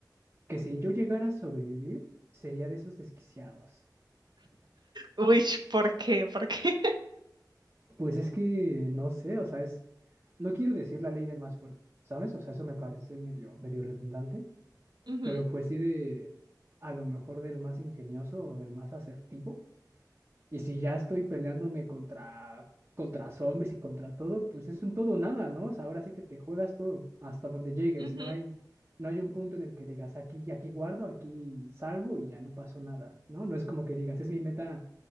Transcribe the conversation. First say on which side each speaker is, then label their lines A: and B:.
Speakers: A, on the right; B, on the right.
A: que si yo llegara a sobrevivir, sería de esos desquiciados.
B: Uy, ¿por qué? ¿Por qué? <laughs>
A: Pues es que no sé, o sea, es, no quiero decir la ley del más fuerte, ¿sabes? O sea, eso me parece medio, medio redundante,
B: Ujú,
A: pero pues sí de, a lo mejor del más ingenioso o del más asertivo. Y si ya estoy peleándome contra, contra zombies y contra todo, pues es un todo o nada, ¿no? O sea, ahora sí que te juegas todo, hasta donde llegues.
B: ujú.
A: No hay, no hay un punto en el que digas aquí, aquí guardo, aquí salvo y ya no pasó nada, ¿no? No es como que digas, es mi meta,